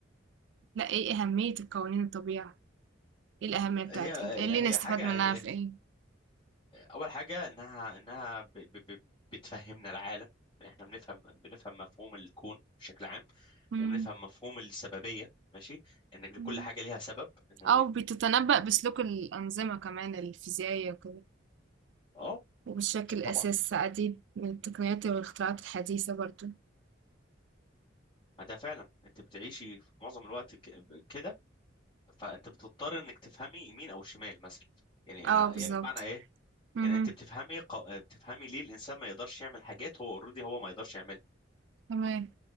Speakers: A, on the right; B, on the left.
A: لا ايه أهمية القوانين الطبيعة ايه الأهمية بتاعتها
B: هي
A: ايه اللي
B: هي
A: نستفاد
B: حاجه
A: منها في ايه
B: اول حاجه انها انها ب... ب... ب... بتفهمنا العالم احنا بنفهم بنفهم مفهوم الكون بشكل عام
A: مم.
B: وبنفهم مفهوم السببيه ماشي ان لكل
A: مم.
B: حاجه ليها سبب ان
A: أو بتتنبأ بسلوك الأنظمة كمان الفيزيائية وكده
B: اه
A: وبتشكل
B: طبعا
A: أساس عديد من التقنيات والاختراعات الحديثة برضو
B: ما ده فعلا انت بتعيشي في معظم الوقت ك- كده فانت بتضطر انك تفهمي يمين او شمال مثلا يعني
A: اه
B: انا
A: بالظبط
B: يعني بمعنى ايه
A: مهم.
B: يعني انت بتفهمي ق- بتفهمي ليه الانسان ما يقدرش يعمل حاجات هو اوريدي هو ما يقدرش يعملها
A: تمام